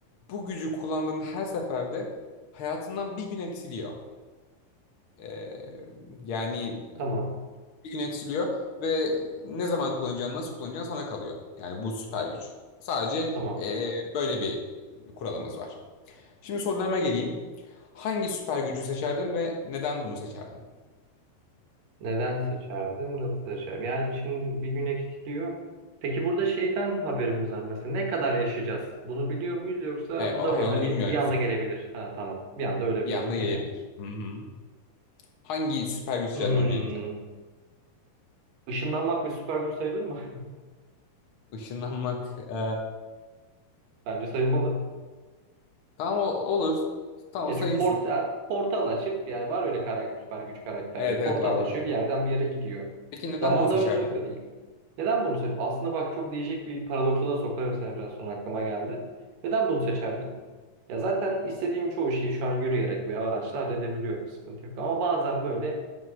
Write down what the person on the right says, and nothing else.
Tamam.
Tamam.
Neden seçerdim? Nasıl seçerim? Yani şimdi bir gün eksiliyor. Peki burada şeyden haberimiz var mesela. Ne kadar yaşayacağız? Bunu biliyor muyuz yoksa
bu
da mı
hani
bir anda gelebilir? Ha tamam. Bir anda ölebilirsin
bile. yani.
Hmm.
Işınlanmak bir süper güç sayılır mı?
<laughs> Bence sayılmalı.
Ya
çünkü portal, portal açıp yani var öyle karakter, süper güç karakterleri.
Portal
açıyor bir yerden bir yere gidiyor.
Zamanda
yolculuk da değil. Neden bunu seç? Aslında bak çok değişik bir paradoksa da sokarım seni biraz sonra aklıma geldi. Neden bunu seçerdim? Ya zaten istediğim çoğu şeyi şu an yürüyerek veya araçla halledebiliyorum. Sıkıntı yok. Ama bazen böyle